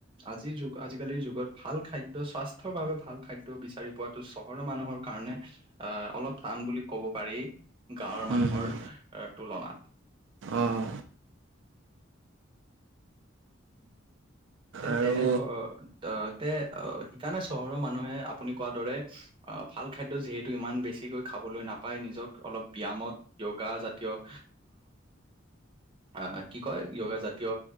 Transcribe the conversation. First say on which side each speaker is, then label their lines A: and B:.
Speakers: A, on the right; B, on the right.
A: আজিৰ যুগ আজিকালিৰ যুগত ভাল খাদ্য স্বাস্থ্যৰ বাবে ভাল খাদ্য। খাদ বিচাৰি পোৱাাতটো চহৰৰ মানুহৰ কাৰণে আহ অলপ টান বুলি কব পাৰি। গাঁৱৰ
B: হুম
A: মানুহৰ
B: হুম
A: তুলনাত,
B: অঁ
A: তে
B: আৰু
A: তেনে, া সেইকাৰণে চহৰৰ মানুহে আপুনি কোৱাৰ দৰে ভাল খাদ্য যিহেতু ইমান বেছিকৈ খাব, নাপ নিজ অলপ ব্যায়ামত য়গা জাতীয়, আহ কি কয় য়োগা জাতীয়